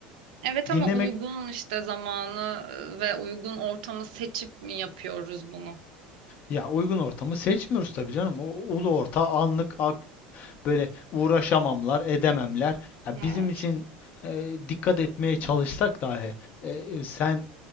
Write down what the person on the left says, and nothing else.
Dinlemek
ya uygun ortamı seçmiyoruz tabii canım. O ulu orta anlık ak- böyle uğraşamamlar edememler. Ya
bizim için e, dikkat etmeye çalışsak dahi e, sen